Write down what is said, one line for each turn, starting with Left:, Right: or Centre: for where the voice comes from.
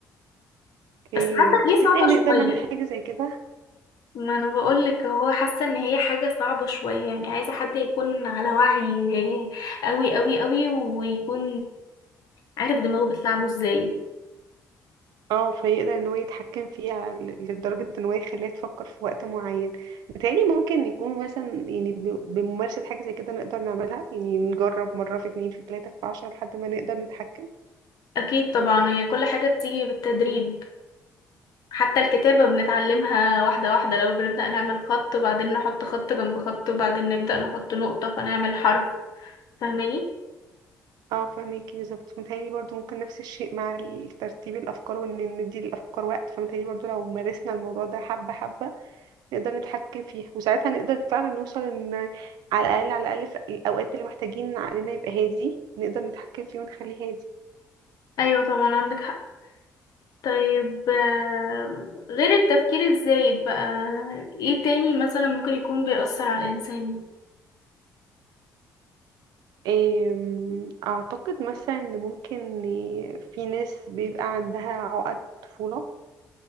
Right: اوكي
Left: بس حاسه
Right: تفتكري
Left: دي صعبه
Right: هنقدر
Left: شويه
Right: نعمل حاجه زي كده
Left: ما انا بقولك هو حاسه ان هي حاجه صعبه شويه يعني عايزه حد يكون على وعي قوي قوي قوي ويكون عارف دماغه بتلعبه ازاي
Right: اه فيقدر ان هو يتحكم فيها ل- لدرجة ان هو يخليها تفكر في وقت معين بتهيألي ممكن يكون مثلا يعني ب- بممارسة حاجة زي كده نقدر نعملها يعني نجرب مرة في اتنين في تلاتة في عشرة لحد ما نقدر نتحكم
Left: اكيد طبعا هي كل حاجه بتيجي بالتدريب حتى الكتابة بنتعلمها واحدة واحدة لو بنبدأ نعمل خط وبعدين نحط خط جنب خط وبعدين نبدأ نحط نقطة فنعمل حرف فاهماني؟
Right: اه فهميكي بالظبط متهيألي برضو ممكن نفس الشيء مع ترتيب الأفكار وإن ندي للأفكار وقت فمتهيألي برضو لو مارسنا الموضوع ده حبة حبة نقدر نتحكم فيها وساعتها نقدر فعلا نوصل إن على الأقل على الأقل في الأوقات اللي محتاجين عقلنا يبقى هادي نقدر نتحكم فيه ونخليه هادي
Left: أيوة طبعا عندك حق طيب آم، غير التفكير الزايد بقى ايه تاني مثلا ممكن يكون بيأثر على الإنسان؟
Right: أم، أعتقد مثلا إن ممكن ي- في ناس بيبقى عندها عقد طفولة